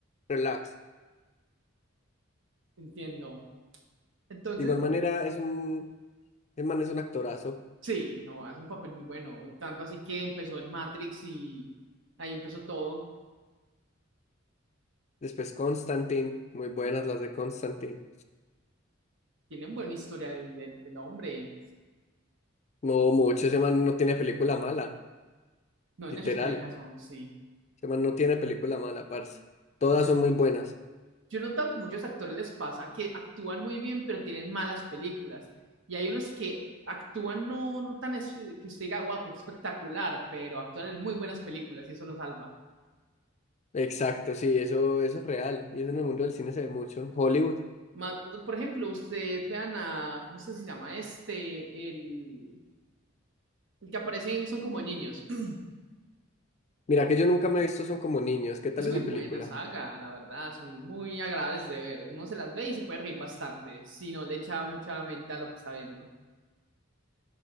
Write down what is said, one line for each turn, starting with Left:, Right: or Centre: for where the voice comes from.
Left: relax.
Right: Entiendo. Entonces,
Left: De igual
Right: eh,
Left: manera, es un, el man es un actorazo.
Right: sí, no, hace un papel muy bueno. Tanto así que empezó en Matrix y ahí empezó todo.
Left: Después Constantine, muy buenas las de Constantine.
Right: Tiene un buen historial del, del- del hombre.
Left: No mucho, ese man no tiene película mala,
Right: No, en
Left: literal.
Right: eso tiene razón, sí.
Left: Ese man no tiene película mala, parce. Todas
Right: Es- es-
Left: son muy buenas.
Right: yo he notado que muchos actores les pasa que actúan muy bien, pero tienen malas películas. Y hay unos que actúan no, no tan es- que usted diga, wow, qué espectacular, pero actúan en muy buenas películas y eso lo salva.
Left: Exacto, sí, eso, eso es real. Y eso en el mundo del cine se ve mucho, en Hollywood.
Right: Ma- por ejemplo, usted vean a, ¿cómo es que se llama este? El, que aparecen son como niños. <clears throat>
Left: Mira que yo nunca me he visto Son como niños. ¿Qué tal
Right: Es
Left: esa
Right: muy buena
Left: película?
Right: saga, la verdad, son muy agradables de ver. Uno se las ve y se puede reír bastante, si no le echa mucha mente a lo que está viendo.